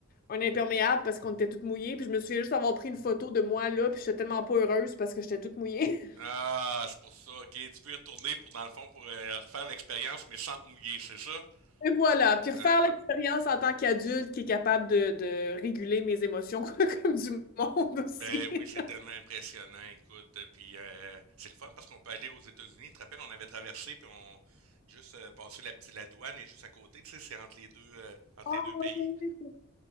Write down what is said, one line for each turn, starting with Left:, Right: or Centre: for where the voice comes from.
Left: un imperméable parce qu'on était toutes mouillées. Puis je me souviens juste avoir pris une photo de moi, là, puis j'étais tellement pas heureuse parce que j'étais toute mouillée. <laughs>
Right: Ah, c'est pour ça. Ok, tu peux y retourner pour, dans le fond, pour euh, refaire l'expérience, mais sans te mouiller, c'est ça?
Left: Et voilà. Puis
Right: Ah.
Left: refaire l'expérience en tant qu'adulte qui est capable de, de réguler mes émotions <laughs> comme du monde aussi.
Right: Ben oui,
Left: <laughs>
Right: c'est tellement impressionnant, écoute. euh, Puis euh, c'est le fun parce qu'on peut aller aux États-Unis. Tu te rappelles, on avait traversé puis on juste euh, passé la petite la douane et juste à côté, tu sais, c'est entre les deux euh, entre
Left: Ah
Right: les deux
Left: ouais.
Right: pays.